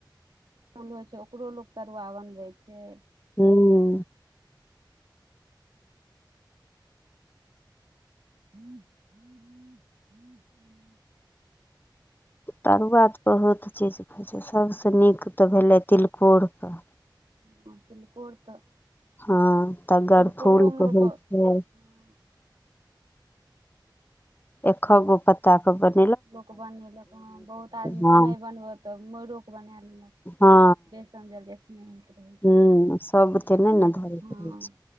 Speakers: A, on the right; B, on the left.
A: फूल होइ छै ओकरो लोग तरुआ बनबे छै
B: हूॅं
A: <inaudible>
B: तरुआ तऽ बहुत चीज होइ छै सभसँ नीक तऽ भेलै तिलकोरके
A: ह तिलकोर तऽ
B: हँ तगरफूलके
A: तिलकोरोमे लोक
B: होइ
A: हँ
B: छै एक खगो पत्ता कऽ
A: लोक बनेलक हँ बहुत आदमीके
B: हँ
A: नहि बनबै तऽ मोर कऽ बना लेलक
B: हँ
A: बेसन जलदीखने होइत रहै
B: हूँ
A: छै
B: सब बुते
A: आ नहि
B: ने धरैके
A: तऽ हँ
B: रहै छै